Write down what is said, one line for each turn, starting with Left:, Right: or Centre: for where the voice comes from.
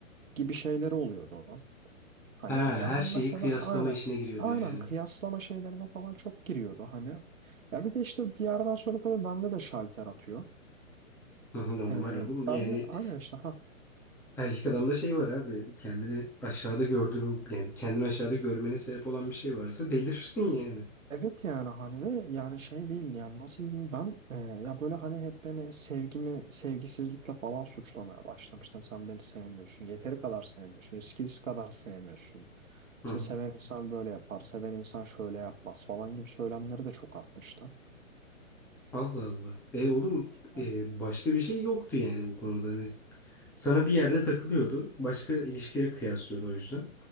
Right: gibi şeyleri oluyordu. Hani
Centre: Ha,
Right: ya
Centre: her
Right: ben
Centre: şeyi
Right: mesela
Centre: kıyaslama
Right: aynen
Centre: işine giriyordu
Right: aynen
Centre: yani.
Right: kıyaslama şeylerine falan çok giriyordu hani. Ya bir de işte bir yerden sonra tabii bende de şalter atıyor.
Centre: Hı hı, Normal
Right: Ee,
Centre: oğlum
Right: ben
Centre: yani
Right: de aynen işte
Centre: erkek adamda şey var abi kendini aşağıda gördürün yani kendini aşağıda görmene sebep olan bir şey varsa delirirsin yani.
Right: Evet yani hani ve yani şey değil yani nasıl diyeyim ben e, ya böyle hani hep beni sevgimi sevgisizlikle falan suçlamaya başlamıştım. Sen beni sevmiyorsun. Yeteri kadar sevmiyorsun. Eskisi kadar sevmiyorsun.
Centre: Hı
Right: İşte
Centre: hı.
Right: seven insan böyle yapar. Seven insan şöyle yapmaz falan gibi söylemleri de çok artmıştı.
Centre: Allah Allah. E oğlum
Right: Ha.
Centre: e, başka bir şey yoktu yani bu konuda. Hani Sana bir yerde takılıyordu. Başka ilişkileri kıyaslıyordu o yüzden.